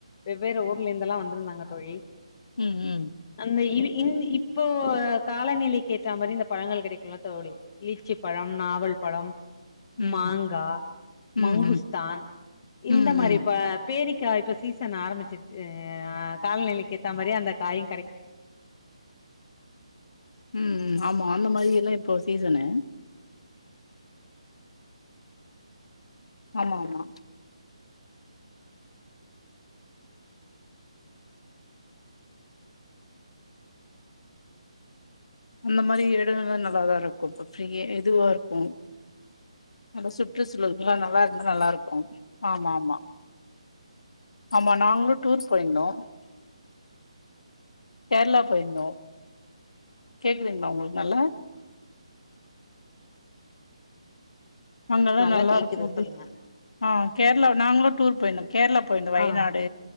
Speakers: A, on the left (about 25°); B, on the left (about 65°).
A: வெவ்வேறு ஊர்ல இருந்தெல்லா வந்திருந்தாங்க தோழி
B: ம் ம்
A: அந்த இ இன் இப்போ காலநிலைக்கு ஏத்தா மாரி இந்த பழங்கள் கெடக்குல தோழி லிச்சி பழம் நாவல் பழம்
B: ம்
A: மாங்கா
B: ம்
A: மங்குஸ்தான்
B: ம்
A: இந்த
B: ம்
A: மாரி
B: ம்
A: ப பேரிக்கா இப்போ சீசன் ஆரம்பிச்ருச்சு ஆ கால்நிலைக்கு ஏத்தா மாரி அந்த காயும் கெட
B: ப் ம் ஆமா அந்த மாரிலா இப்போ சீசனு ஆமா ஆமா அந்த மாரி இடங்களலா நல்லாதா இருக்கோ இப்ப ஃப்ரீயா இதுவா இருக்கோ அந்த சுற்றுசூழல்லா நல்லா இருந்த நல்லா இருக்கோ ஆமா ஆமா ஆமா நாங்ளு டூர் போய்ந்தோ கேர்ளா போய்ர்தோ கேகுதுங்ளா உங்களுக் நல்ல அங்கதா
A: நல்லா
B: நல்லாருக்கோ
A: கேக்குது
B: அப்டி
A: சொல்லுங்க
B: ஆ கேர்ளா நாங்ளோ டூர் போய்ந்தோ கேர்ளா போய்ர்ந்தோ வயநாடு
A: ஆ